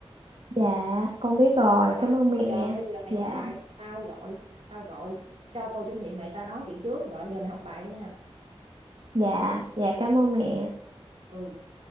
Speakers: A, on the right; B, on the right.
A: dạ, con biết rồi
B: rồi đó
A: cảm
B: bây
A: ơn mẹ
B: giờ bây giờ mày
A: dạ
B: học bài đi, tao gọi tao gọi cho cô chủ nhiệm mày tao nói chuyện trước rồi giờ mày học bài đi nha
A: dạ dạ cảm ơn mẹ
B: ừ